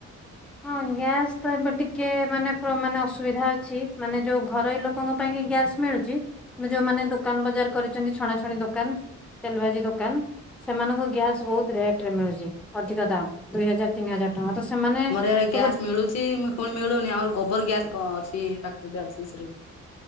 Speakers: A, in the centre; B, on the left.
A: ହଁ ଗ୍ୟାସ୍ ତ ଏବେ ଟିକେ ମାନେ ପୋ ମାନେ ଅସୁବିଧା ଅଛି ମାନେ ଯୋଉ ଘରୋଇ ଲୋ ଲୋକଙ୍କ ପାଇଁ କି ଗ୍ୟାସ୍ ମିଳୁଛି କିନ୍ତୁ ଯୋଉ ମାନେ ଦୋକାନ ବଜାର କରିଛନ୍ତି ଛଣାଛଣି ଦୋକାନ ତେଲ ଭାଜି ଦୋକାନ ସେମାନଙ୍କୁ ଗ୍ୟାସ୍ ବହୁତ ରେଟ୍ ରେ ମିଳୁଛି ଅଧିକ ଦାମ୍ ଦୁଇ ହଜାର ତିନି ହଜାର ଟଙ୍କା ତ ସେମାନେ
B: ସେଠାରେ
A: ସବୁ
B: ଗ୍ୟାସ୍ ମିଳୁଛି ମି ପୁଣି ମିଳୁନି ଆମର ଗୋବର ଗ୍ୟାସ୍ କଣ ଅଛି ଫ୍ୟାକ୍ଟ୍ରିଟା ଅଛି ସେଠି